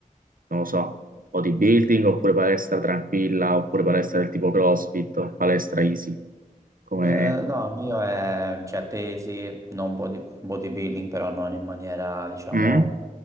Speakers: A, on the right (about 80°); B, on the right (about 20°).
A: non lo so, bodybuilding oppure palestra tranquilla oppure palestra del tipo CrossFit o palestra easy? Come...
B: Eh, no, il mio è, cioè, pesi, non body- bodybuilding, però non in maniera, diciamo,
A: Mm?